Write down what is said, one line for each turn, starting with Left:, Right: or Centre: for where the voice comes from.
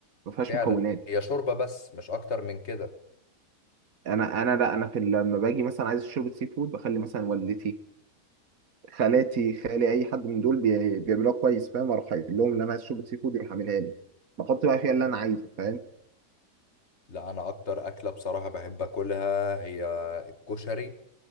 Right: ما فيهاش
Left: فعلا
Right: مكونات
Left: هي شوربة بس مش اكتر من كده
Right: انا انا لا انا في ال- لما باجي مثلا عايز شوربه سي فود بخلي مثلا والدتي خالاتي خالي اي حد من دول بي- بيعملوها كويس فاهم اروح قايل لهم ان انا عايز شوربه سي فود يروح عاملها لي بحط بقى فيها اللي انا عايزه فاهم
Left: لا انا اكتر اكله بصراحه بحب اكلها هي الكشري